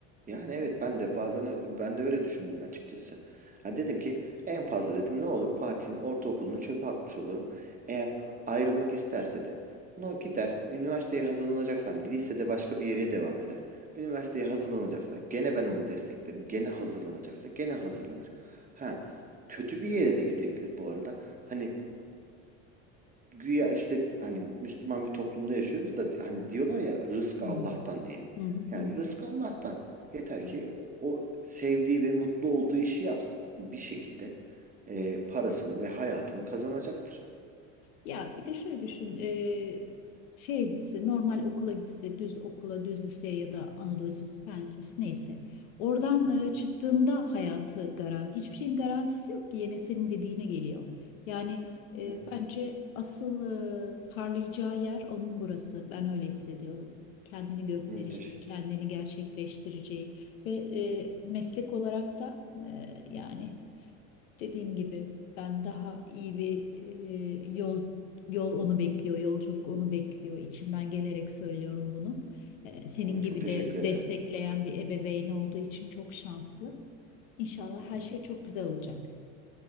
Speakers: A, on the right; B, on the left.
A: Yani evet ben de bazen ö- ben de öyle düşündüm açıkçası. Ha dedim ki en fazla dedim ne olur Fatih'in ortaokulunu çöpe atmış olurum. Eğer ayrılmak isterse de no gider üniversiteye hazırlanacaksa hani lisede başka bir yere devam eder. Üniversiteye hazırlanacaksa gene ben onu desteklerim. Gene hazırlanacaksa gene hazırlanır. Ha kötü bir yere de gidebilir bu arada. Hani güya işte hani Müslüman bir toplumda yaşıyoruz da hani diyorlar ya rızk
B: Hmm.
A: Allah'tan diye.
B: Hı
A: Yani
B: hı
A: rızk Allah'tan. Yeter
B: hı.
A: ki o sevdiği ve mutlu olduğu işi yapsın. Bir şekilde e, parasını ve hayatını kazanacaktır.
B: Ya bir de şöyle düşün, eee, şeye gitse, normal okula gitse, düz okula, düz liseye ya da Anadolu Lisesi, Fen Lisesi neyse. Oradan
A: Hı,
B: eee, çıktığında hayatı garanti, hiçbir şeyin garantisi yok ki yine senin dediğine geliyor. Yani eee,
A: evet.
B: bence asıl eee, parlayacağı yer onun burası. Ben öyle hissediyorum. Kendini göstereceği,
A: Hı, teşekkür.
B: kendini gerçekleştireceği ve eee, meslek olarak da eee, yani Dediğim gibi ben daha iyi bir e, yol yol onu bekliyor, yolculuk onu bekliyor. İçimden gelerek söylüyorum bunu. E, senin
A: Ona Çok
B: gibi
A: teşekkür
B: de destekleyen
A: ederim.
B: bir ebeveyn olduğu için çok şanslı. İnşallah
A: Hı hı.
B: her şey çok güzel olacak.